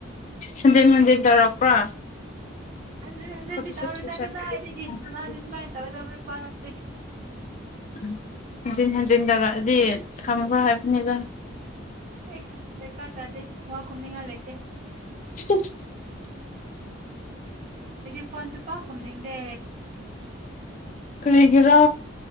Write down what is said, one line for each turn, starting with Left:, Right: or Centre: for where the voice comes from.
Left: ꯍꯟꯖꯤꯟ ꯍꯟꯖꯤꯟ ꯇꯧꯔꯛꯄ꯭ꯔꯥ
Right: ꯍꯟꯖꯤꯟ ꯍꯟꯖꯤꯟꯗꯤ
Left: ꯐꯣꯔꯇꯤ
Right: ꯇꯧꯔꯣꯏꯗ
Left: ꯁꯤꯛꯁ
Right: ꯀꯗꯥꯏꯗꯒꯤ
Left: ꯄꯥꯔꯁꯦꯟ
Right: ꯃꯥꯗꯤ ꯁꯨꯃꯥꯏꯅ ꯇꯧꯒꯗꯕ ꯅꯨꯄꯥ ꯅꯠꯇꯦ
Left: ꯎ ꯍꯟꯖꯤꯟ ꯍꯟꯖꯤꯟ ꯇꯧꯔꯛꯑꯗꯤ ꯊꯝꯈ꯭ꯔꯣ ꯍꯥꯏꯕꯅꯤꯗ
Right: ꯑꯦꯁ ꯗꯀꯥ ꯇꯥꯗꯦ ꯃꯥꯎ ꯈꯨꯝꯅꯤꯡꯉꯥꯏ ꯂꯩꯇꯦ
Left: <inaudible>
Right: ꯑꯩꯗꯤ ꯐꯣꯟꯁꯦ ꯄꯥꯛꯈꯨꯝꯅꯤꯡꯗꯦ
Left: ꯀꯔꯤꯒꯤꯔꯥ